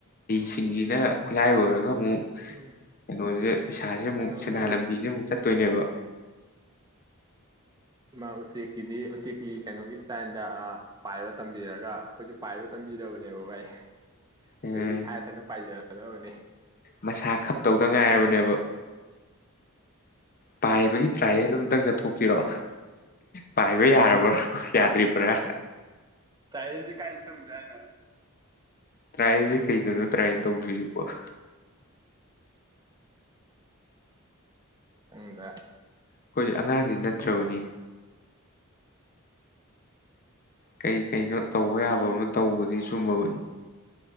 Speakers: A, on the left (about 40°); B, on the right (about 20°).
A: ꯏꯁꯤꯡꯁꯤꯅ ꯈꯨꯠꯂꯥꯏ ꯑꯣꯏꯔꯒ ꯑꯃꯨꯛ
B: ꯎꯝ
A: ꯀꯩꯅꯣꯁꯦ ꯄꯩꯁꯥꯁꯦ ꯑꯃꯨꯛ
B: ꯀꯩꯅꯣꯒꯤ
A: ꯁꯦꯟꯗꯥꯟ ꯂꯝꯕꯤꯁꯦ ꯑꯃꯨꯛ ꯆꯠꯇꯣꯏꯅꯦꯕ
B: ꯍ ꯎꯆꯦꯛꯀꯤꯗꯤ ꯎꯆꯦꯛꯀꯤ ꯀꯩꯅꯣꯒꯤ ꯏꯁꯇꯥꯏꯜꯗ ꯄꯥꯏꯕ ꯇꯝꯕꯤꯔꯒ ꯑꯩꯈꯣꯏꯁꯨ ꯄꯥꯏꯕ ꯇꯝꯕꯤꯔꯕꯅꯦꯕ ꯚꯥꯏ
A: ꯎꯝ
B: ꯑꯗꯩꯗꯤ ꯏꯁꯥ ꯏꯊꯟꯇ ꯄꯥꯏꯖꯔꯗꯕꯅꯤ
A: ꯃꯁꯥ ꯈꯞꯇꯧꯗ ꯉꯥꯏꯔꯕꯅꯦꯕ ꯄꯥꯏꯕꯒꯤ ꯇ꯭ꯔꯥꯏꯩꯅ ꯑꯝꯇꯪ ꯆꯠꯊꯣꯛꯄꯤꯔꯣ ꯄꯥꯏꯕ ꯌꯥꯔꯕ꯭ꯔꯥꯣ ꯌꯥꯗ꯭ꯔꯤꯕ꯭ꯔꯥ
B: ꯁꯥꯏꯟꯁꯁꯦ ꯀꯥꯏꯗ ꯇꯧꯁꯦ ꯍꯥꯏꯅꯣ
A: ꯇꯥꯏꯁꯨ ꯊꯩꯗꯕꯣ ꯇ꯭ꯔꯥꯏꯅ ꯇꯧꯕꯤꯕꯣ <inaudible>
B: ꯑꯟꯗ
A: ꯑꯩꯈꯣꯏ ꯑꯉꯥꯡꯗꯤ ꯅꯠꯇ꯭ꯔꯕꯅꯤ ꯀꯩ ꯀꯩꯅꯣ ꯇꯧꯕ ꯌꯥꯕ ꯑꯃ ꯇꯧꯕꯗꯤ ꯆꯨꯝꯃꯕꯅꯤ